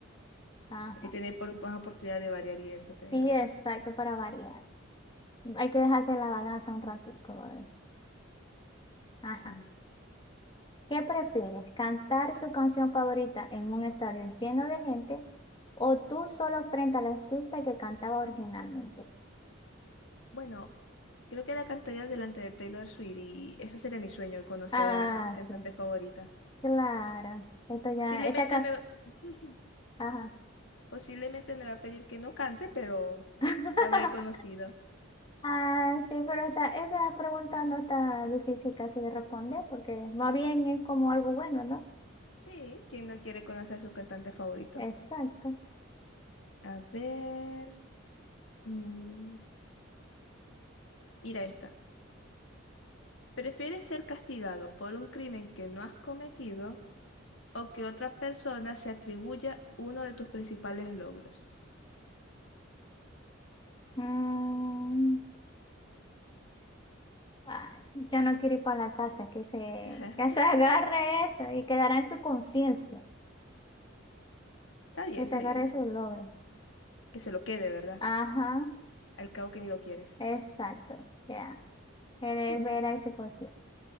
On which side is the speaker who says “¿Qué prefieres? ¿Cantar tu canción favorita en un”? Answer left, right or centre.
Left